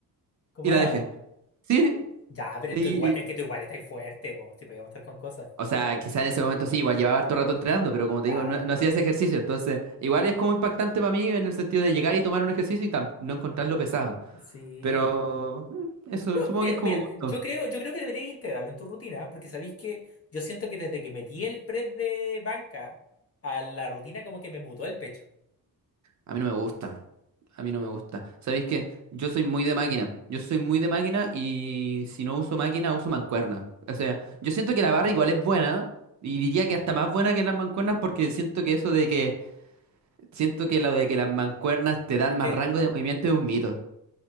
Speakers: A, on the left; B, on the right.
A: como
B: Y la
A: nada.
B: dejé. Sí,
A: Ya, pero
B: y-
A: tú igual,
B: y-
A: es que tú igual estás fuerte, vos, si podíamos estar con cosas.
B: o sea, quizá en ese momento sí, igual llevaba harto rato entrenando, pero como
A: Claro,
B: te digo, no, no hacía ese ejercicio, entonces igual es como impactante para mí en el sentido de llegar y tomar un ejercicio y tam- no encontrarlo pesado,
A: sí.
B: pero mm, eso,
A: No,
B: supongo
A: mira,
B: que es como
A: mira,
B: gusto.
A: yo creo, yo creo que deberías integrarlo en tu rutina, porque sabéis que yo siento que desde que metí el press de banca a la rutina, como que me mutó el pecho.
B: A mí no me gusta, a mí no me gusta. ¿Sabéis qué? Yo soy muy de máquina, yo soy muy de máquina y si no uso máquina, uso mancuerna. O sea, yo siento que la barra igual es buena y diría que hasta más buena que las mancuernas porque siento que eso de que, siento que lo de que las mancuernas te dan
A: Es
B: más
A: que,
B: rango de movimiento es un mito.